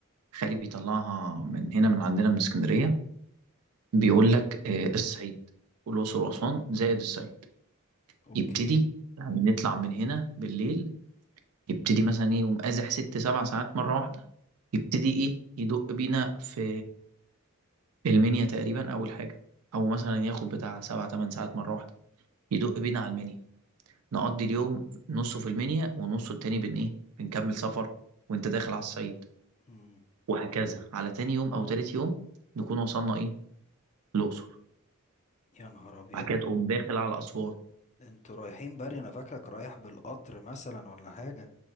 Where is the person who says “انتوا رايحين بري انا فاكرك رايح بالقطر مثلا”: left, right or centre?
Left